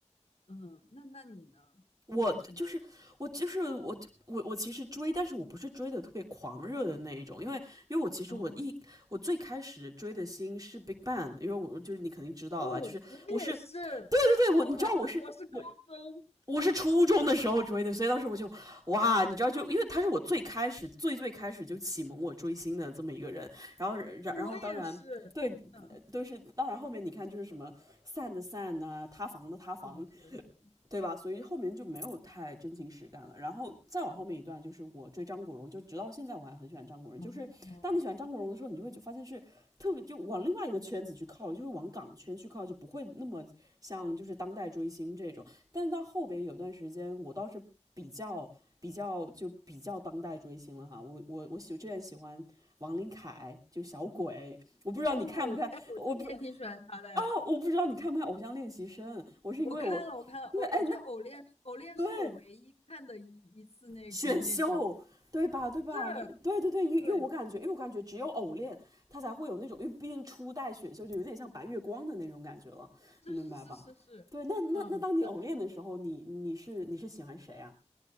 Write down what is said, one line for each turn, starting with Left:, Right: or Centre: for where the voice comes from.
Left: 嗯，那那你呢？
Right: 我就是我就是我我我其实追，
Left: 你有什么？
Right: 但是我不是追的特别狂热的那一种，因为因为我其实我一我最开始追的星是
Left: 哦，
Right: Big Bang，因为我就是你肯定知道了吧？
Left: 哦，
Right: 就是我是
Left: 我也是
Right: 对我你知道我是我
Left: ，Oh my god，我是高中，
Right: 我是初中的时候追的，所以当时我就哇，你知道就，就因为他是我最开始最最开始就启蒙我追星的这么一个人，然后然然后当然对
Left: 我也是，天呐，
Right: 都是当然后面你看就是什么散的散啊，塌房的塌房
Left: 是的，是的，是的。
Right: 对吧？所以后面就没有太真情实感了。然后再往后面一段，就是我追张国荣，就直到现在我还很喜欢张国荣。
Left: 哦，
Right: 就是当你喜欢张国荣的时候，你就会就发现是特别就往另外一个圈子去靠，就会往港圈去靠，就不会那么像就是当代追星这种。但是到后边有段时间，我倒是比较比较就比较当代追星了哈。我我我喜我之前喜欢王琳凯，就小鬼，我不知道你看不看，
Left: 哦，哎，我真的也挺喜欢他的哎。
Right: 我不啊，哦我不知道你看不看《偶像练习生》，我是因为我。
Left: 我看了，我看了，
Right: 对，
Left: 我我觉得《偶恋》《偶恋》是我唯一看的一一次那个那种，
Right: 哎，对，选秀，对吧？对吧？
Left: 是，
Right: 对对对，因为因为我感觉，
Left: 对，
Right: 因为我感觉只有偶练，他才会有那种，因为毕竟初代选秀就有点像白月光的那种感觉了，
Left: 是是是是是，
Right: 你明白吧？对，那那那当你偶练的时候，
Left: 嗯，对，
Right: 你你是你是喜欢谁啊？